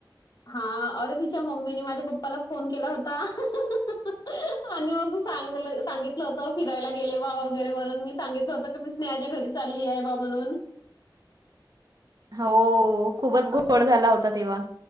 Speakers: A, on the left; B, on the right.
A: हा अरे, तिच्या मम्मीने माझ्या पप्पाला फोन केला होता <inaudible> आणि म तू सांगल सांगितल होत की भीजायला गेले बा वगैरे म्हणून मी सांगितल होत की, मी स्नेहाच्या घरी चालली आहे बा म्हणून
B: हो खूपच घोळ
A: असं
B: झाला होता तेव्हा.